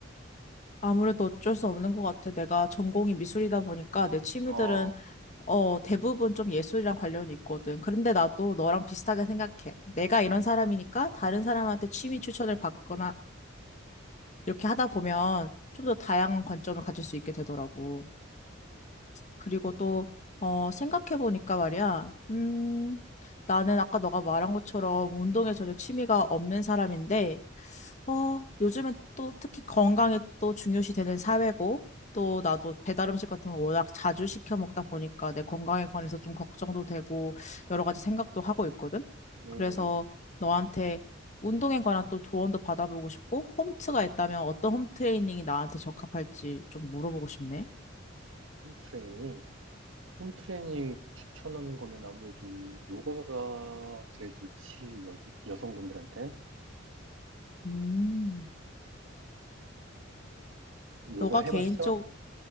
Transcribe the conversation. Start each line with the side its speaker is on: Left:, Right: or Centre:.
Left: 아무래도 어쩔 수 없는 것 같아. 내가 전공이 미술이다 보니까 내 취미들은
Right: 어,
Left: 어, 대부분 좀 예술이랑 관련이 있거든. 그런데 나도 너랑 비슷하게 생각해. 내가 이런 사람이니까 다른 사람한테 취미 추천을 받거나 이렇게 하다 보면 좀 더 다양한 관점을 가질 수 있게 되더라고. 그리고 또, 어, 생각해보니까 말이야, 음, 나는 아까 너가 말한 것처럼 운동에 전혀 취미가 없는 사람인데, 어, 요즘엔 또 특히 건강이 또 중요시 되는 사회고, 또 나도 배달 음식 같은 거 워낙 자주 시켜 먹다 보니까 내 건강에 관해서 좀 걱정도 되고, 여러 가지 생각도 하고 있거든?
Right: 음,
Left: 그래서 너한테 운동에 관한 또 조언도 받아보고 싶고, 홈트가 있다면 어떤 홈 트레이닝이 나한테 적합할지 좀 물어보고 싶네.
Right: 홈트레이닝. 홈트레이닝 추천하는 거면 아무래도 요가가 제일 좋지, 여, 여성분들한텐.
Left: 음.
Right: 요가
Left: 너가
Right: 해봤어?
Left: 개인적